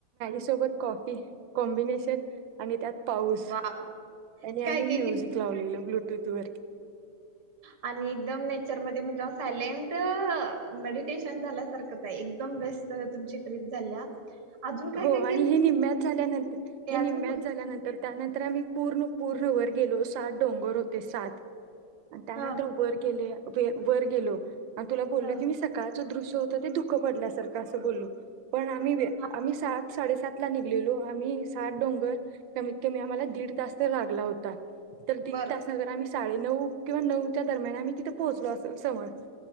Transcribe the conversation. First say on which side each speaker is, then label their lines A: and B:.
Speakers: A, on the right; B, on the right.
A: सोबत कॉफी कॉम्बिनेशन आणि त्यात पाऊस
B: वा
A: आणि आम्ही
B: काय
A: म्युझिक
B: काय कि
A: लावलेलं ब्लूटूथ वर
B: आणि एकदम चर मध्ये म्हणजे सायलेंट मेडिटेशन झाल्यासारख आहे एकदम बेस्ट तुमची ट्रीप झाल्या अजून काय
A: हो
B: काय
A: आणि
B: केलं
A: हे निम्म्यात झाल्यानंतर हे निम्म्यात
B: अजून कुठ
A: झाल्यानं तर त्यानंतर आम्ही पूर्ण पूर्ण वर गेलो सात डोंगर होत ते सात आणि त्यानंतर
B: हा
A: वर गेले वे वर गेलो आणि तुला बोल्लो
B: हा
A: की मी सकाळ च दृश्य होत ते दुःख पडल्यासारखं असं बोल्लो पण आम्ही
B: हा
A: आम्ही सात साडेसात ला निघलेलो आम्ही सात डोंगर कमीत कमी आम्हाला दीड तास तर लागला होता. <unintelligible>
B: बर
A: साडे नऊ किंवा नऊच्या दरम्यान आम्ही तिथे पोहोचलो असेल समज